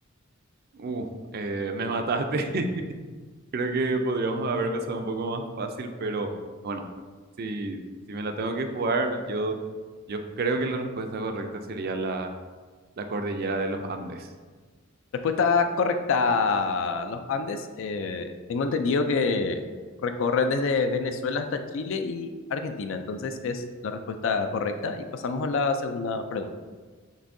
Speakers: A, on the right; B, on the left.
A: Uh, eh, me mataste. <laughs> Creo que podríamos haber empezado un poco más fácil, pero bueno, si, si me la tengo que jugar, yo, yo creo que la respuesta correcta sería la, la cordillera de los Andes.
B: Respuesta correcta. Los Andes, eh, tengo entendido que recorren desde Venezuela hasta Chile y Argentina. Entonces es la respuesta correcta. Y pasamos a la segunda pregunta.